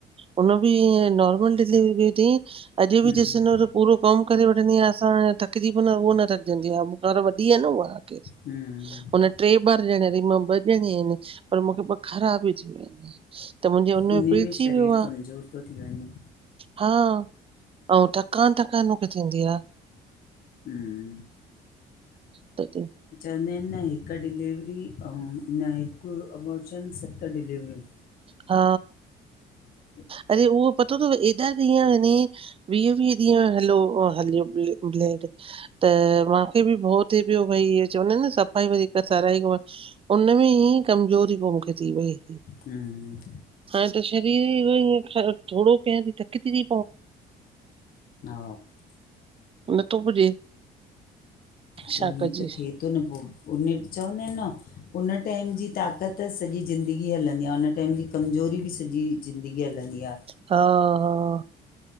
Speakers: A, on the right (about 35°); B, on the left (about 60°).
A: उन बि इये नॉर्मल डिलवरी कई तईं अॼु
B: हम्म
A: बि ॾिसंदव त पूरो कम करे वठंदी आ असां थकजी पवन्दास उह न थकजंदी आ मुखां त वॾी आ न उहा आखिर
B: हम्म
A: हुन ट्रै ॿार ॼणया तईं मां ॿ ॼणंया आहिनि पर मूंखे ख़राबी थी वई त मुंहिंजे हुन में
B: उन
A: पीडजी
B: शरीर
A: वियो आ
B: कमज़ोर थो थी वञे
A: हा अऊं थकान थकान मूंखे थींदी आ।
B: हम्म
A: ते <inaudible>
B: चवंदा आहिनि न हिकु डिलीवरी अऊ न हिकु एबॉरशन सत डिलीवरूं
A: हा
B: ह <inaudible>
A: अॼु उहो पतो तव एत हेॾा ॾीहं हले वीह वीह ॾींह हलो हलियो ब्लड त मांखे बि भउ थिए पियो भई चवंदा आहिनि न सफ़ाई वरी सराई उन में ई कमज़ोरी पो मूंखे थी वई
B: हम्म
A: हाणे त शरीर ई एडो ईयं थोड़ो कयां ती थकजी ती
B: हा,
A: नथो पुॼे,
B: पोई
A: छा कजे
B: त थिए तो न, पो उने चवंदा आहिनि न, उन टाइम जी ताक़त, त सॼी ज़िंदगी हलंदी आ, हुन टाइम जी कमज़ोरी बि सॼी ज़िंदगी हलंदी आ,
A: हा-हा,